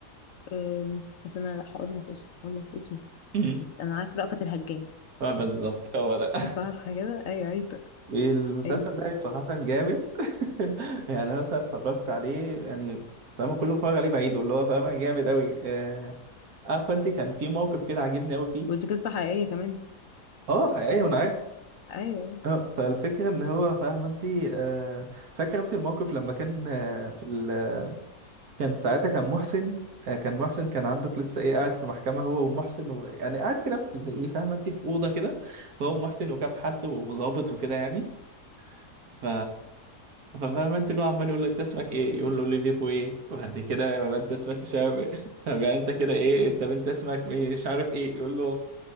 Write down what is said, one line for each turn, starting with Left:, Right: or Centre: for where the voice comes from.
Left: آم، بس انا لا هقول لك اسمه هقول لك اسمه
Right: م.
Left: بس انا عارف رأفت الهجان
Right: آه، بالظبط هو ده <laughs>
Left: صح كده ايوه عيب بقى،
Right: المسلسل
Left: ايوه
Right: ده صراحة جامد <laughs> يعني أنا مثلا اتفرجت عليه يعني فاهم كل ما اتفرج عليه بعيده اللي هو فاهم جامد أوي آه، عارفة أنت كان في موقف كده عاجبني أوي فيه
Left: ودي قصة حقيقية كمان
Right: أه حقيقي وأنا عارف
Left: ايوه
Right: آه، فالفكرة إن هو فاهم أنت آه، فاكر أنت الموقف لما كان آه، في ال... كان ساعتها كان محسن آه، كان محسن كان عندك لسه إيه قاعد في محكمة هو ومحسن و... يعني قاعد كده في زي إيه فاهم أنت في أوضة كده هو ومحسن وكام حد وظابط وكده يعني ف ففاهم انت اللي هو عمال يقول له انت اسمك ايه يقول له اوليفيكو ايه وبعد كده يبقى انت اسمك مش عارف ايه <laughs> طب يعني انت كده ايه طب انت اسمك مش عارف ايه يقول له